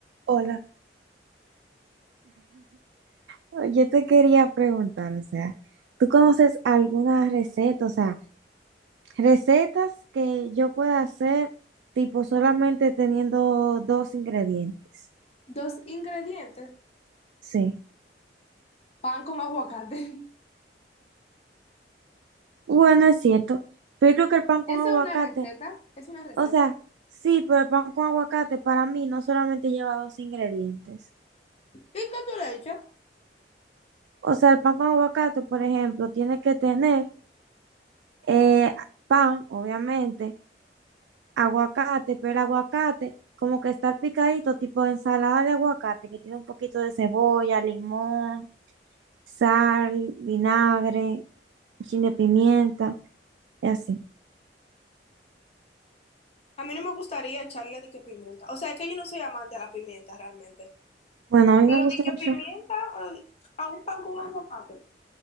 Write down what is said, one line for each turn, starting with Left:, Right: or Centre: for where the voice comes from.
Right: Hola, oh, yo te quería preguntar, o sea, ¿tú conoces alguna receta, o sea, recetas que yo pueda hacer tipo solamente teniendo dos ingredientes?
Left: Dos ingredientes.
Right: Sí.
Left: Pan con aguacate. <laughs>
Right: Bueno, es cierto, pero yo creo que el pan con
Left: Esa
Right: aguacate,
Left: es una receta. Es una receta.
Right: o sea, sí, pero el pan con aguacate para mí no solamente lleva dos ingredientes.
Left: ¿Y qué tú le echas?
Right: O sea, el pan con aguacate, por ejemplo, tiene que tener eh, pan, obviamente aguacate, pero el aguacate como que está picadito, tipo ensalada de aguacate, que tiene un poquito de cebolla, limón, sal, vinagre, un chin de pimienta y así.
Left: A mí no me gustaría echarle de que pimienta. O sea, es que yo no soy amante a la pimienta realmente.
Right: Bueno, a mí
Left: Pero
Right: me gusta
Left: de que
Right: mucho.
Left: pimienta eh, a un pan con aguacate.